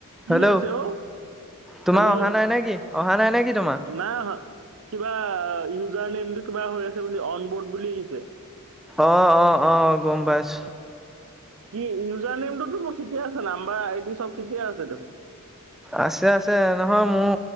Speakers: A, on the right; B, in the centre.
A: কি
B: হেল্ল'
A: আ হৈছে অঔ
B: তোমাৰ
A: হেল্ল'
B: অহা নাই নে কি অহা নাই নে কি তোমাৰ
A: নাই কিবা ইউজাৰ নমটো কিবা হৈ আছে বুলি অন বোৰ্ড বুলি আহিছে
B: আহ আহ আহ গম পাইছ
A: কি ইউজাৰ নমটোতো মোৰ ঠিকে আছে নাম্বাৰ এট চব ঠিকে আছে দেখোন
B: আছে আছে নহয় মোৰ